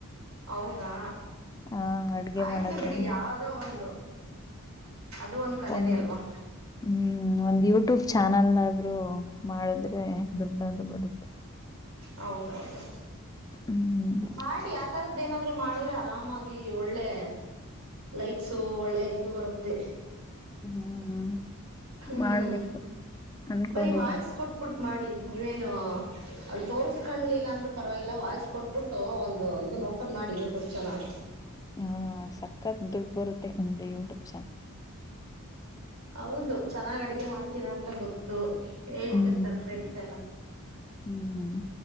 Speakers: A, on the right; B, on the left.
A: ಹೌದಾ
B: ಆ ಅಡ್ಗೆ
A: ಆಯ್ತು
B: ಮಾಡೋದ್ರಲ್ಲಿ
A: ಬಿಡಿ ಯಾವ್ದೋ ಒಂದು ಅದು ಕಲೆನೇ
B: ಒಂದ್
A: ಅಲ್ವಾ
B: ಹ್ಮ್ ಒಂದ ಇವತ್ತು ಯೂಟ್ಯೂಬ್ ಚಾನಲ್ ಆದ್ರೂ ಮಾಡಿದ್ರೆ ದುಡ್ಡದು ಬರುತ್ತೆ
A: ಹೌದೌದೌದು
B: ಹ್ಮ್
A: ಮಾಡಿ ಆತರದ ದೇನಾದ್ರು ಮಾಡದ್ರೆ ಆರಾಮಾಗಿ ಒಳ್ಳೆ ಲೈಕ್ಸು ಒಳ್ಳೆ ಇದು ಬರುತ್ತೆ
B: ಹ್ಮ್
A: ಹ್ಮ್
B: ಮಾಡ್ಬೇಕು ಅನ್ಕೊಂಡಿದೀನಿ
A: ಬರಿೀ ವಾಯ್ಸ್ ಕೊಟ್ಬಿಟ ಮಾಡಿ ನೀವೇನು ಅಲ್ಲಿ ತೋರ್ಸ್ಕೊಂಡ್ಲಿಲ್ಲ ಅಂದ್ರೂ ಪರವಾಗಿಲ್ಲ ವಾಯ್ಸ್ ಕೊಟ್ಬಿಟ್ಟು ಒಂದು ಇದನ್ ಓಪನ್ ಮಾಡಿ ಯೂಟ್ಯುಬ್ ಚ್ಯಾನಲ್
B: ಹಾ ಸಕ್ಕತ್ ದುಡ್ಡು ಬರುತ್ತೆ ಖಂಡು ಟ
A: ಹೌದು ಚೆನ್ನಾಗ್ ಅಡ್ಗೆ ಮಾಡ್ತೀರಾ ಅಂತ ಗೊತ್ತು ಹೇಳ್ಕರ್ತಾರೆ
B: ಹ್ಮ್
A: ಫ್ರೆಂಡ್ಸ್ ಎಲ್ಲ
B: ಹ್ಮ್